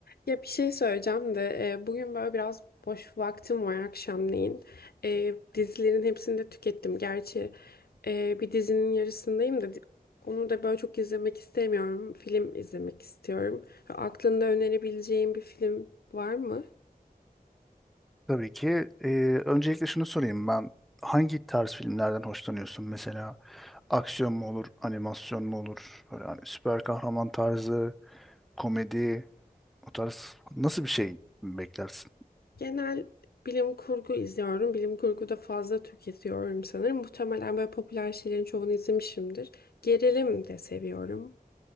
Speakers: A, on the left; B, in the centre.
A: Ya bir şey söyleyeceğim de e, bugün böyle biraz boş vaktim var akşamleyin. E, dizilerin hepsini de tükettim. Gerçi e, bir dizinin yarısındayım da di- onu da böyle çok izlemek istemiyorum. Film izlemek istiyorum. Ve Aklında önerebileceğim bir film var mı?
B: Tabii ki. Ee, öncelikle şunu sorayım ben. Hangi tarz filmlerden hoşlanıyorsun? Mesela aksiyon mu olur, animasyon mu olur? Böyle hani süper kahraman tarzı, komedi, o tarz nasıl bir şey beklersin?
A: Genel bilim kurgu izliyorum. Bilim kurgu da fazla tüketiyorum sanırım. Muhtemelen böyle popüler şeylerin çoğunu izlemişimdir. Gerilim de seviyorum.